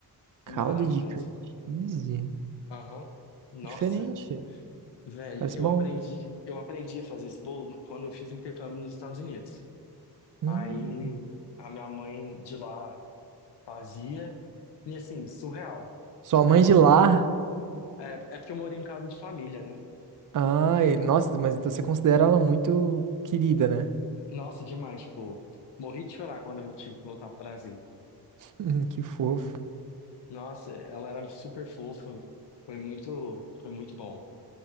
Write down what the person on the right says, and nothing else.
Calda
de curry cheese?
Diferente.
Parece
bom.
Hum.
Sua
mãe de lá?
Ai, nossa, mas então você considera ela muito querida, né?
Hum, que fofo.